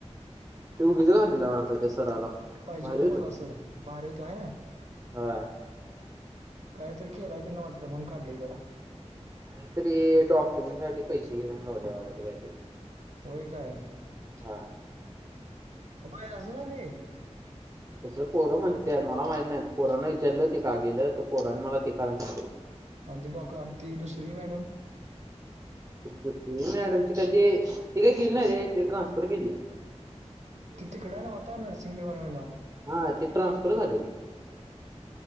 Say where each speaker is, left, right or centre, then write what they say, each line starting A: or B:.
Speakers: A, on the right; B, on the right.
A: तू <unintelligible> आलेल वाटतं त्या सराला.
B: पाहिजे
A: भारी
B: होतं मला सर बाहेर होतं हाय नाही.
A: होय.
B: कायतरी केलंय ते न वाटतं म्हणून काढलंय त्याला.
A: काहीतरी डॉक्युमेंट साठी पैसे घेतना गावलय बाबा काहीतरी.
B: होय काय?
A: हा.
B: म हे असं झालंय.
A: तसं पोरं म्हणत्यात मला माहित नाही पोरान विचारलं ते का गेलं तर पोराने मला ते कारण सांगितलं.
B: आणि ती डॉ ती दुसरी मॅडम.
A: दुसरी मॅडमची काय ते ती काय गेली नाही रे ती ट्रान्सफर केली.
B: ति तिकड आहे नव आता नरसिंग डिपारमेंला.
A: हा ते ट्रान्सफर झाल ते.